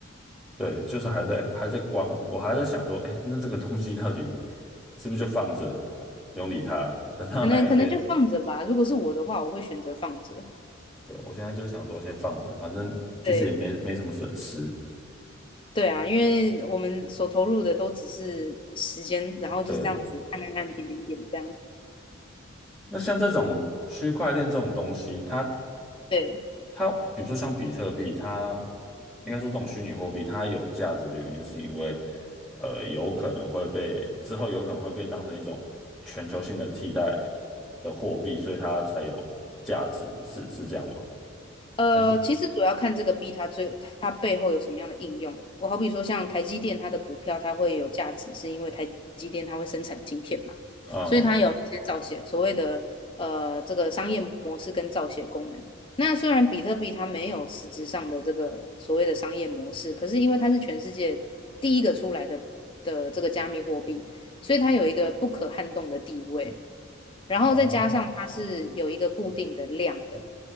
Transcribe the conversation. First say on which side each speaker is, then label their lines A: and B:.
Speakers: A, in the centre; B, on the left (about 25°).
A: 对，就是还在还在观，我还在想说，哎，那这个东西到底是不是就放着，不用理它，等到哪一天？
B: 可能可能就放着吧。如果是我的话，我会选择放着。
A: 对，我现在就想说先放着，反正其实也没没什么损失。
B: 对对啊，因为我们所投入的都只是时间，然后就是这样子按按按点点点这样子。
A: 对，那像这种区块链这种东西，它
B: 对。
A: 它比如说像比特币，它应该说这种虚拟货币，它有价值的原因是因为，呃，有可能会被之后有可能会被当成一种全球性的替代的货币，所以它才有价值，是是这样吗？
B: 呃，
A: 还是
B: 其实主要看这个币它最它背后有什么样的应用。我好比说像台积电，它的股票它会有价值，是因为台积电它会生产晶片嘛，
A: 呃
B: 所以它有一些造血所谓的呃这个商业模式跟造血功能。那虽然比特币它没有实质上的这个所谓的商业模式，可是因为它是全世界第一个出来的的这个加密货币，所以它有一个不可撼动的地位。然后再加上它是有一个固定的量的，
A: 哦